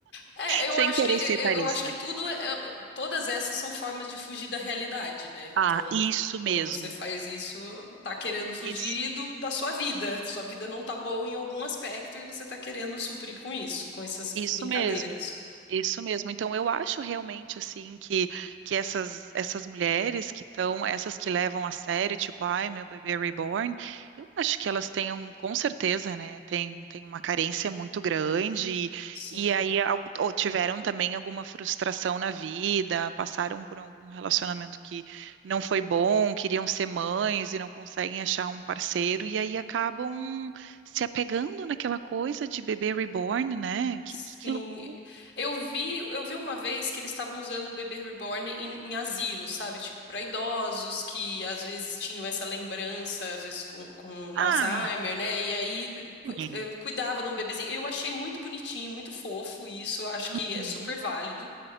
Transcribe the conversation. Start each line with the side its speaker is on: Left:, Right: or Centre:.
Left: É, eu
Right: Sem
Left: acho
Right: querer
Left: que
Right: ser etarista.
Left: eu, eu acho que tudo é- é, todas essas são formas de fugir da realidade, né?
Right: Ah,
Left: Então,
Right: isso mesmo.
Left: quando você faz isso, tá querendo fugir
Right: Isso,
Left: do- da sua vida. Sua vida não tá boa em algum aspecto e você tá querendo suprir com isso, com essas
Right: isso
Left: brincadeiras.
Right: mesmo. Isso mesmo. Então, eu acho realmente assim que, que essas, essas mulheres que estão, essas que levam a sério, tipo, ai, meu bebê reborn, eu acho que elas tenham, com certeza, né, tem, tem uma carência muito grande, e,
Left: Sim.
Right: e aí al- ou tiveram também alguma frustração na vida, passaram por algum relacionamento que não foi bom, queriam ser mães e não conseguem achar um parceiro, e aí acabam se apegando naquela coisa de bebê reborn, né? Que,
Left: Sim,
Right: que, que loucura!
Left: eu vi, eu vi uma vez que eles estavam usando o bebê reborn em, em asilo, sabe? Tipo, para idosos que às vezes tinham essa lembrança, às vezes com, com
Right: Ah,
Left: Alzheimer, né? E aí cu-
Right: é.
Left: eh, cuidava de um bebezinho. Eu achei muito bonitinho, muito fofo isso, eu acho
Right: Uhum.
Left: que é super válido.